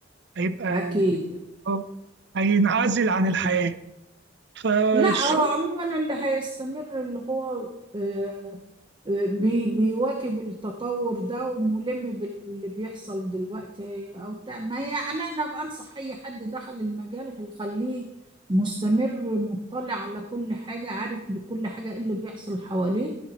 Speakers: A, on the right; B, on the right.
A: هيبقى
B: أكيد
A: اه هينعزل عن
B: أكيد
A: الحياة فالشغل
B: لا هو عموما اللي هيستمر اللي هو آه، آه، بي بيواكب التطور ده وملم باللي بيحصل دلوقتي أو بتاع ما هي أنا أنا بنصح أي حد دخل المجال يخليه مستمر مطلع على كل حاجة عارف بكل حاجة إيه اللي بيحصل حواليه